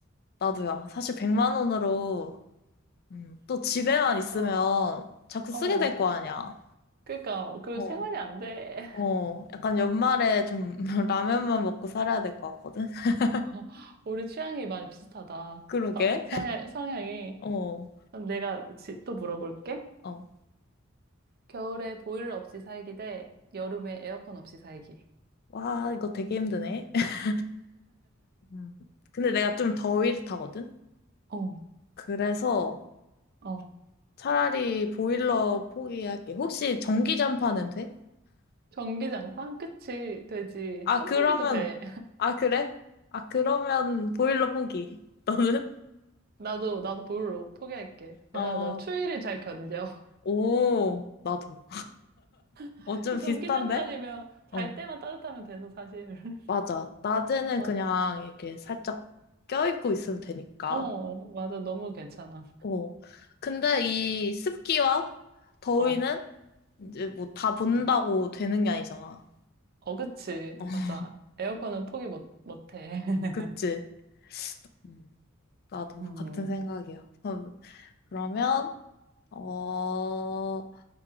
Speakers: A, on the left (about 50°); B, on the right (about 50°).
A: 나도야. 사실 100만 원으로 음, 또 집에만 있으면
B: <laughs> 어,
A: 자꾸
B: 어.
A: 쓰게 될 거 아니야.
B: 그러니까 그
A: 어.
B: 생활이 안 돼.
A: 어, 약간 연말에 좀 <laughs> 라면만 먹고 살아야 될 것 같거든? <laughs>
B: <laughs> 어, 우리 취향이 많이 비슷하다.
A: 그러게.
B: 서, 성향, 성향이.
A: 어,
B: 그럼 내가 지- 또 물어볼게.
A: 어.
B: 겨울에 보일러 없이 살기 대 여름에 에어컨 없이 살기.
A: 와, 이거 되게 힘드네. <laughs> 음. 근데 내가 좀 더위를 타거든?
B: 어,
A: 그래서
B: 어.
A: 차라리 보일러 포기할게. 혹시 전기 잠파는 돼?
B: 전기장판? 그치, 되지.
A: 아,
B: 선풍기도
A: 그러면,
B: 돼.
A: 아, 그래? 아, 그러면 보일러 포기. <laughs> 너는?
B: 나도, 나도 볼로 포기할게.
A: 어,
B: 왜냐면 나 추위를 잘 견뎌.
A: 오, 나도.
B: <laughs>
A: 어, 좀
B: 전기장판이면
A: 비슷한데?
B: 잘
A: 어,
B: 때만 따뜻하면 돼서 사실. <laughs>
A: 맞아. 낮에는
B: 어,
A: 그냥 이렇게 살짝 껴입고 있으면 되니까.
B: 어, 맞아. 너무 괜찮아.
A: 어. 근데 이 습기와 더위는
B: 어,
A: 이제 뭐 다 본다고 되는 게 아니잖아. 어,
B: 어, 그치.
A: <laughs>
B: 맞아. 에어컨은 포기 못, 못해. <laughs>
A: 그치? 음. 나도
B: 음,
A: 같은 생각이야. 그럼- 그러면, 어,